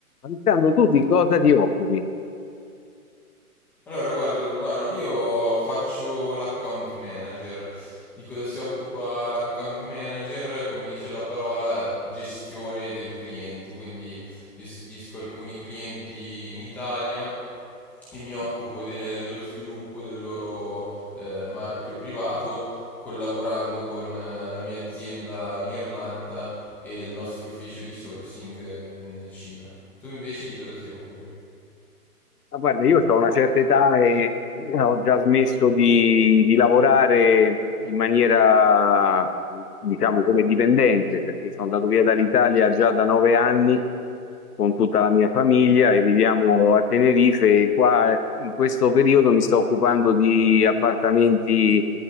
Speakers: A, on the left; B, in the centre.
A: Alessandro, tu di cosa ti occupi?
B: Allora, guarda Urbano, io faccio l'account manager. Di cosa si occupa l'account manager? Come dice la parola, gestione del cliente. Quindi gestisco alcuni clienti in Italia e mi occupo de- dello sviluppo del loro eh, marchio privato, collaborando con eh, la mia azienda in Irlanda e il nostro ufficio di sourcing eh, in Cina. Tu invece di cosa ti occupi?
A: Ma guarda, io ho una certa età e eh, ho già smesso di, di lavorare in maniera, diciamo, come dipendente, perché sono andato via dall'Italia già da nove anni con tutta la mia famiglia e viviamo a Tenerife. E qua in questo periodo mi sto occupando di appartamenti